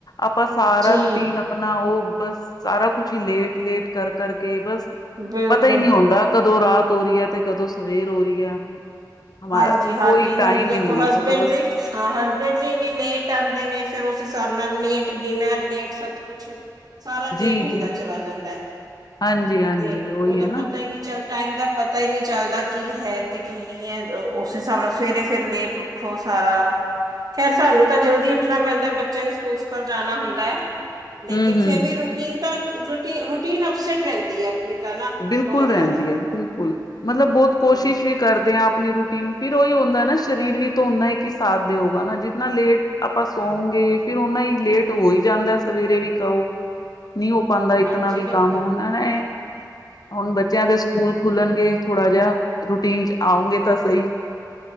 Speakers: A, on the left (about 55°); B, on the right (about 55°).
A: ਆਪਾਂ ਸਾਰਾ
B: ਜੀ
A: ਰੂਟੀਨ ਅਪ ਆਪਣਾ ਉਹ ਬਸ ਸਾਰਾ ਕੁਛ ਹੀ ਲੇਟ-ਲੇਟ ਕਰ ਕਰਕੇ ਬਸ
B: ਬਿਲਕੁਲ
A: ਪਤਾ ਹੀ ਨਹੀਂ ਹੁੰਦਾ ਕਦੋਂ ਰਾਤ ਹੋ ਰਹੀ ਹੈ ਤੇ ਕਦੋਂ ਸਵੇਰ ਹੋ ਰਹੀ ਹੈ। ਹਮਾਰਾ
B: ਹਾਂਜੀ-ਹਾਂਜੀ,
A: ਕੋਈ ਟਾਈਮ
B: ਹੁਣ ਦੇਖੋ
A: ਹੀ ਨਹੀਂ ਹੈ ਆਪਾਂ
B: ਹਸਬੈਂਡ
A: ਤੋਂ ਬਸ
B: ਦੀ ਹਾਂ ਹਸਬੈਂਡ ਵੀ ਇੰਨੀ ਲੇਟ ਆਉਂਦੇ ਨੇ, ਫਿਰ ਉਸ ਹਿਸਾਬ ਨਾਲ ਲੇਟ ਡਿਨਰ ਲੇਟ ਸਭ ਕੁਛ। ਸਾਰਾ ਲੇਟ
A: ਜੀ
B: ਹੁੰਦਾ
A: ਜੀ
B: ਚਲਾ ਜਾਂਦਾ ਹੈ।
A: ਹਾਂਜੀ ਹਾਂਜੀ
B: ਤੇ
A: ਉਹੀ
B: ਉਹਦਾ
A: ਹੈ
B: ਪਤਾ
A: ਨਾ
B: ਹੀ ਨਹੀਂ ਚੱਲ ਟਾਈਮ ਦਾ ਪਤਾ ਹੀ ਨਹੀਂ ਚੱਲਦਾ, ਕੀ ਹੈ ਤੇ ਕੀ ਨਹੀਂ ਹੈ। ਉਸ ਹਿਸਾਬ ਨਾਲ ਸਵੇਰੇ ਫੇਰ ਲੇਟ ਉੱਠੋ ਸਾਰਾ। ਖੈਰ, ਸਾਨੂੰ ਤਾਂ ਜਲਦੀ ਉੱਠਣਾ ਪੈਂਦਾ। ਬੱਚਿਆਂ ਨੂੰ ਸਕੂਲ-ਸਕਾਲ ਜਾਣਾ ਹੁੰਦਾ ਹੈ। ਲੇਕਿਨ
A: ਹੂੰ
B: ਫਿਰ
A: ਹੂੰ
B: ਵੀ ਰੂਟੀਨ ਤਾਂ, ਰੂਟੀਨ ਅਪਸੈਟ ਰਹਿੰਦੀ ਹੈ ਆਪਣੀ ਤਾਂ ਨਾ।
A: ਬਿਲਕੁਲ
B: ਬਹੁਤ
A: ਰਹਿੰਦੀ
B: ਜ਼ਿਆਦਾ
A: ਆ ਬਿਲਕੁਲ। ਮਤਲਬ ਬਹੁਤ ਕੋਸ਼ਿਸ਼
B: ਹਮ
A: ਵੀ ਕਰਦੇ ਹਾਂ ਆਪਣੀ ਰੂਟੀਨ। ਫਿਰ ਉਹੀ ਹੁੰਦਾ ਨਾ ਸਰੀਰ ਵੀ ਤਾਂ ਉਨਾ ਹੀ ਇੱਕ ਸਾਥ ਦੇਊਗਾ ਨਾ ਜਿਤਨਾ ਲੇਟ ਆਪਾਂ ਸੌਗੇ। ਫਿਰ ਉਹਨਾ ਹੀ ਲੇਟ ਹੋ ਹੀ ਜਾਂਦਾ, ਸਵੇਰੇ ਵੀ ਕਹੋ। ਨਹੀਂ ਹੋ ਪਾਉਂਦਾ ਇਤਨਾ
B: ਹਾਂਜੀ
A: ਵੀ ਕੰਮ
B: ਬਿਲਕੁਲ
A: ਹੁਨ ਨ ਏ। ਹੁਣ ਬੱਚਿਆਂ ਦੇ ਸਕੂਲ ਖੁੱਲਣਗੇ, ਥੋੜ੍ਹਾ ਜਿਹਾ ਰੂਟੀਨ ਚ ਆਉਗੇ ਤਾਂ ਸਹੀ।